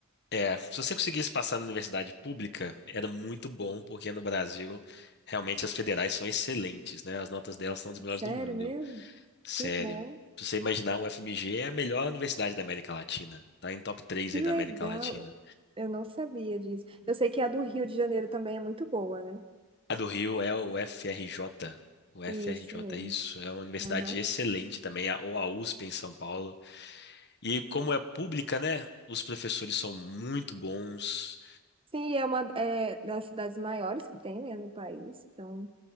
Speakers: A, on the left; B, on the right.
A: É, se você conseguisse passar na universidade pública, era muito bom, porque no Brasil, realmente as federais são excelentes, né? As notas delas são das melhores
B: Sério
A: do mundo.
B: mesmo?
A: Sério.
B: Que bom,
A: Se você imaginar, o FMG é a melhor universidade da América Latina. Tá em top três
B: que
A: aí
B: legal.
A: da América Latina.
B: Eu não sabia disso. Eu sei que a do Rio de Janeiro também é muito boa, né?
A: A do Rio é o FRJ. O FRJ,
B: Isso mesmo.
A: isso. É uma universidade
B: Aham.
A: excelente também, a- ou a USP em São Paulo. E como é pública, né? Os professores são muito bons.
B: Sim, é uma é, das cidades maiores que tem, né, no país. Então,